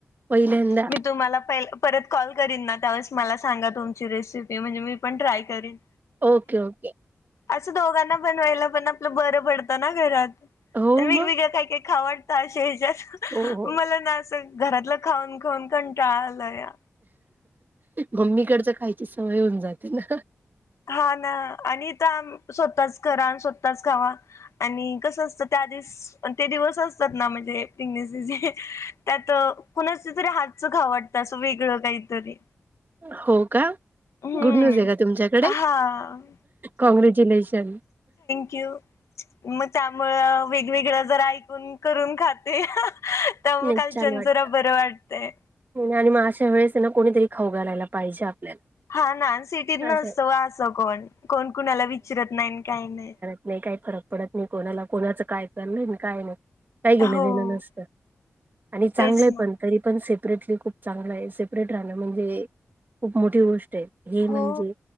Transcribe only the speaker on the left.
मी तुम्हाला पहि परत कॉल करीन ना त्यावेळेस मला सांगा तुमची रेसिपी, म्हणजे मी पण ट्राय करी
असं दोघांना बनवायला पण आपलं बरं पडतं ना घरात,
आणि वेगवेगळं
काही काही खावा त अशे येच्यात
मला ना असं घरातलं खाऊन, खाऊन कंटाळा आलाया.
हो ना आण इथं आम सोताच करा, आणि सोताच खावा. आणि कसं असतं त्या दिस पन ते दिवस असतात ना म्हणजे प्रेगन्सी चे, त्यात कुणाच्यां तरी हातच खाऊ वाट त आस वेगळ कायतरी.
हम्म
हा.
किंव म त्यामुळ वेगवेगळं जरा ऐकून करून खाते. त मग
काल
च्यान
जरा बरं वाटतय.
हा ना सिटीत नसतं
व असं कोण, कोण कुणाला विचरत नाही न काही नाही.
हो
तेच ना.
हो